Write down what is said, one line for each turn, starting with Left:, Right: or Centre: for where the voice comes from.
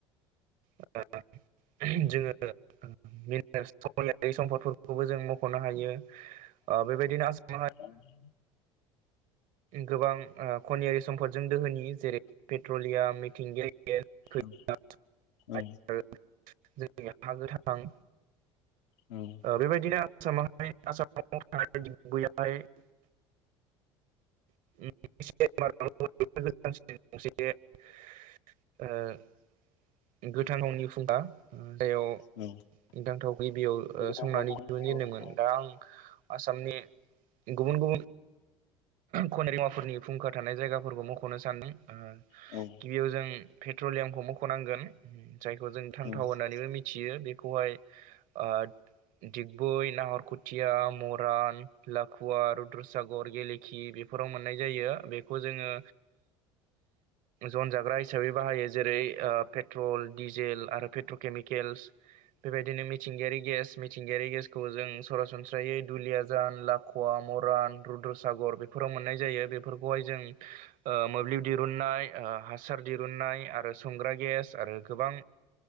Right: <unintelligible> जोङो <unintelligible> समारि सम्दफोर खौनो मखनो हायो। ओ बेबायदिनो आसाम
Left: <inaudible>
Right: गोबां ओ खनियारि सम्पदजों दोहोनि जेरै पेट्रलियाम, मिथिंगायारि गेस, खैला
Left: ओं
Right: आरो
Left: औ।
Right: जोंनि हा गोथां
Left: औ।
Right: बेबायदिनो <unintelligible> <unintelligible> ओ गोथां गावनि फुंखा <unintelligible>
Left: औ
Right: गिबियाव ओ
Left: गोथां
Right: संना
Left: थावखौ
Right: दिहुनजेेनदोंमोन। दा आं आसामनि गुबुन गुबुन खनिरि मुवाफोरनि फुंखा थानाय जायगाफोरखौ मख'नो सानो ओ
Left: औ।
Right: गिबियाव जों पेट्रलियामखौ मख'नांगोन जायखौ जों थांथाव
Left: हागोन
Right: होननानैबो मिथियो बेखौहाय ओ दिगबै, नाहरखुथिया, म रान, लाखुवा, रुद्रसागर, गेलेखि बेफोराव मोननाय जायो बे खौ जोङो जनजाग्रा हिसाबै बाहायो जेरै ओ पेट्रल, डिजेल आरो पेट्रकेमिकेल। बेबायदिनो मिथिंगायारि गेस मिथिंगायारि गेसखौ जों सरासनस्रायै दुलियाजान, ला खवा मरान, रुद्रसागर बेफोराव मोननाय जायो। बेफोरखौहाय जों ओ मोब्लिब दिरुननाय ओ हासार दिरुननाय आरो संग्रा गेस आरो गोबां